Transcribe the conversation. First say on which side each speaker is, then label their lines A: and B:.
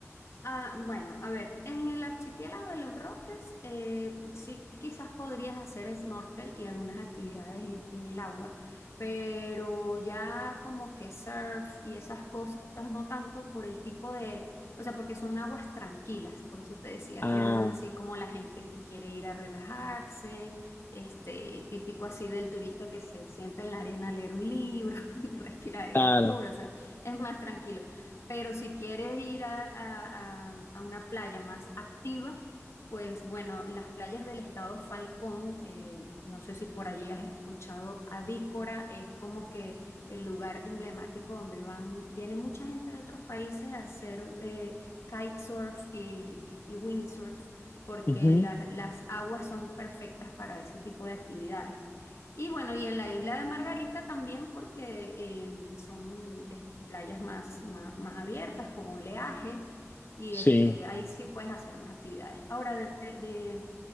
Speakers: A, on the left; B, on the left.
A: Ah, bueno, a ver, en el archipiélago de los Roques, eh, sí quizás podrías hacer snorkel y algunas actividades en, en el agua, pero ya como que surf y esas cosas, no tanto por el tipo de, o sea, porque son aguas tranquilas, por eso te decía
B: Ah,
A: que era más así como la gente que quiere ir a relajarse, este, típico así del turista que se sienta en la arena a leer un libro <laughs> y respirar aire
B: claro.
A: puro, o sea, es más tranquilo. Pero si quieres ir a, a- a- a una playa más activa, pues bueno, las playas del estado Falcón, eh, no sé si por allí has escuchado, Adícora es como que el lugar emblemático donde van, viene mucha gente de otros países a hacer eh, kitesurf y, y windsurf, porque
B: Ujú.
A: la- las aguas son perfectas para ese tipo de actividades. Y bueno, y en la isla de Margarita también porque em, son eh, playas más, más, más abiertas, con oleaje, y este,
B: Sí.
A: ahí sí puedes hacer más actividades. Ahora, de, de,